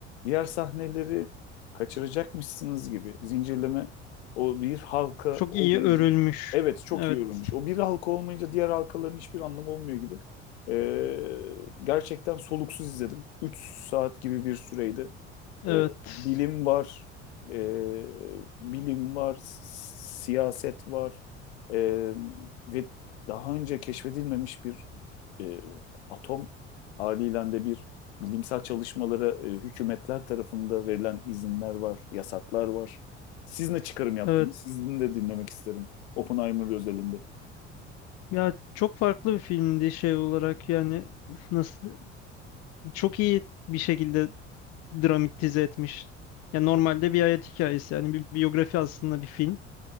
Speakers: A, on the left; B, on the left.
A: diğer sahneleri kaçıracakmışsınız gibi zincirleme o bir halka
B: Çok
A: olmayınca
B: iyi örülmüş.
A: evet çok
B: Evet.
A: iyi örülmüş. O bir halka olmayınca diğer halkaların hiçbir anlamı olmuyor gibi. Ee, gerçekten soluksuz izledim. 3 saat gibi bir süreydi.
B: Evet.
A: Ee, bilim var, ee, bilim var, s- siyaset var. Ee, ve daha önce keşfedilmemiş bir e, atom haliyle de bir bilimsel çalışmalara e, hükümetler tarafında verilen izinler var, yasaklar var. Siz ne çıkarım yaptınız?
B: Evet.
A: Sizin de dinlemek isterim. Oppenheimer özelinde.
B: Ya çok farklı bir filmdi şey olarak yani nasıl çok iyi bir şekilde dramatize etmiş. Ya normalde bir hayat hikayesi yani bir biyografi aslında bir film